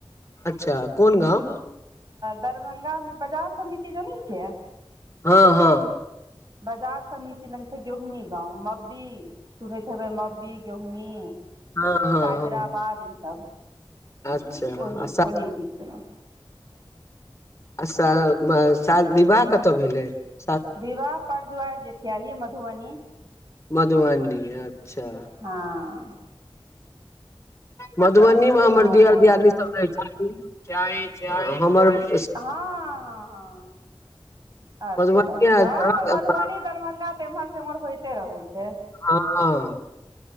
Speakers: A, on the left; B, on the right.
A: अच्छा कोन गाँव
B: दरभंगा में बाजार समिति जनै छिय
A: हाँ हाँ
B: बजार समिति लग छय गेहुमी गाँव मब्बी सुनैत हेबइ मब्बी गेहूमी
A: हँ हँ
B: कैदराबाद
A: हँ
B: ईसभ
A: अच्छा
B: ओही
A: आ सा
B: ओही बिच में
A: आ श शाद विवाह कतय भेलइ ये
B: विवाह पर जुरिज्वार जठि आही मधुबनी
A: मधुबनी अच्छा
B: हाँ
A: मधुबनी
B: तऽ
A: में हमर
B: उएह
A: दियर
B: कहलियै
A: दियनी सब रहय छथीन चाय चाय हमर चाय
B: हाँ हाँ अच्छा
A: मधुबनी
B: अच्छा
A: आ दरभंगा
B: तऽ मधुबनी दरभंगा तऽ एम्हर सेमहर होइते रहे छय
A: हाँ आ हं